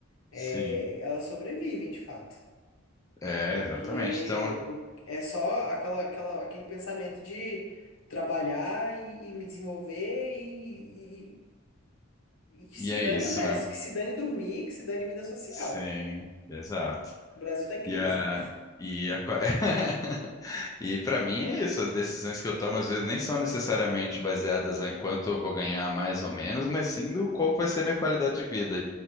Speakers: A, on the left; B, on the left.
A: É,
B: Sim,
A: elas sobrevivem de fato.
B: é,
A: Porque,
B: exatamente. Então,
A: por é só aquela, aquela, aquele pensamento de trabalhar e, e me desenvolver e, e- e que
B: e
A: se
B: é
A: dane
B: isso,
A: o resto,
B: né?
A: que se dane dormir, que se dane vida social.
B: Sim, exato.
A: O Brasil tá em crise.
B: E a, e a, co- <laughs> e para mim é isso. As decisões que eu tomo às vezes nem são necessariamente baseadas em quanto eu vou ganhar mais ou menos, mas sim do qual que vai ser minha qualidade de vida.